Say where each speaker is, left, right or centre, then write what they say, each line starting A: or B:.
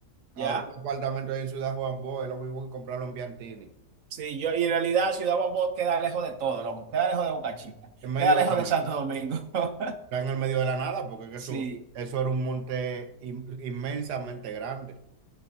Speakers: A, on the right; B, on the right.
A: Ahora
B: ¿Ya?
A: un apartamento ahí en Ciudad Juan Bosch es lo mismo que comprarlo en Biantini,
B: Sí, yo, y en realidad Ciudad Guambó queda lejos de todo, loco. Queda lejos de Boca Chica.
A: en medio
B: Queda lejos
A: de
B: de
A: la
B: Santo
A: nada.
B: Domingo. <laughs>
A: Está en el medio de la nada, porque es que
B: Sí,
A: eso, eso era un monte in- inmensamente grande.